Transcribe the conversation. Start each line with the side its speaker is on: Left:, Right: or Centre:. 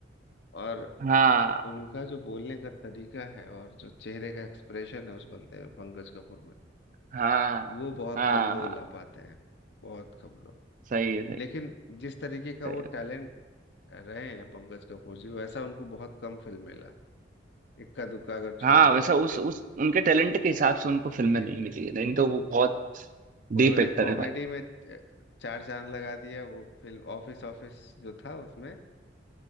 Left: और
Right: हाँ
Left: उनका जो बोलने का तरीका है और जो चेहरे का एक्सप्रेशन है उस बंदे में पंकज कपूर में
Right: हाँ
Left: वो बहुत
Right: हाँ
Left: कम लोग
Right: हाँ,
Left: ला पाते हैं बहुत कम लोग
Right: सही है सही
Left: लेकिन जिस तरीके का
Right: सही
Left: वो
Right: है
Left: टैलेंट रहे हैं पंकज कपूर जी वैसा उनको बहुत कम फिल्म मिला इक्का दुक्का अगर छोड़
Right: हाँ
Left: दे
Right: वैसा उस उस उनके टैलेंट के हिसाब से उनको फिल्में
Left: नहीं
Right: नहीं
Left: मिला
Right: मिली है नहीं तो वो बहुत
Left: उन्होंने
Right: डीप एक्टर
Left: कॉमेडी
Right: है भाई
Left: में च- चार चांद लगा दिया वो फिल्म ऑफिस ऑफिस जो था उसमें